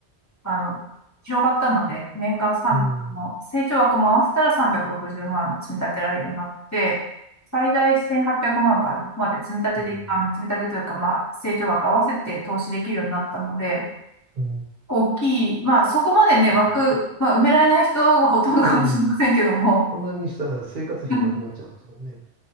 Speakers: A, on the left; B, on the right.
A: あの、広がったので、年間3、
B: うん。
A: あの、成長額も合わせたら360万積み立てられるようになって、最大1800万かな、まで積み立てで、
B: うん。
A: あの、積み立てというか、まあ、成長額合わせて投資できるようになったので、
B: うん。
A: 構大きい。まあ、そこまでね、枠、
B: いいですね。
A: まあ、埋められない人がほとんどかもしれませんけども。
B: うんそんなにしたら生活費なくなっちゃいますもんね。
A: <laughs>